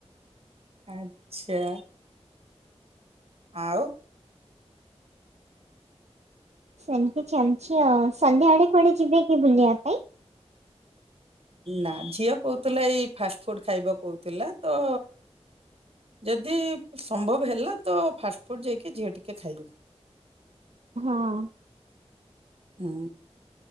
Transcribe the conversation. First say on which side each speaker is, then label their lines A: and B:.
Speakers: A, on the right (about 55°); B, on the right (about 75°).
A: ଆଛା ଆଉ।
B: ସେମିତି ଚାଲିଛି ଆଉ ସନ୍ଧ୍ୟାବେଳେ କୁଆଡେ ଯିବେ କି ବୁଲିବା ପାଇଁ।
A: ନା ଝିଅ କହୁଥିଲା ଏଇ ଫାଷ୍ଟ ଫୁଡ ଖାଇବାକୁ କହୁଥିଲା ତ ଯଦି ସମ୍ଭବ ହେଲା ତ ଫାଷ୍ଟଫୁଡ଼୍ ଯାଇକି ଝିଅ ଟିକେ ଖାଇବ।
B: ହଁ।
A: ହୁଁ